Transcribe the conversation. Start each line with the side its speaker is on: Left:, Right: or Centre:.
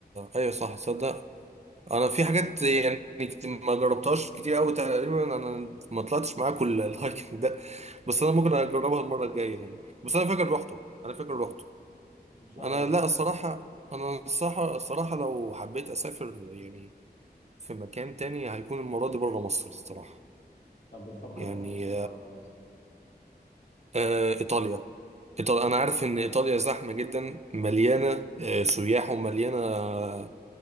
Right: ايوه صح صدق انا في حاجات يعني كت- ما جربتهاش كتير قوي تقريبا انا ما طلعتش معاك ال- <laughs> الهايكنج ده بس انا ممكن اجربها المره الجايه يعني بس انا فاكر روحته انا فاكر روحته
Left: ان شاء
Right: انا
Left: الله
Right: لا الصراحه انا الصراحه الصراحه لو حبيت اسافر يعني في مكان تاني هيكون المرة دي بره مصر الصراحة
Left: طب بتفكر
Right: يعني
Left: تروح فين بره مصر
Right: آه إيطاليا إيطاليا أنا عارف إن إيطاليا زحمة جدا مليانة آه سياح ومليانة آه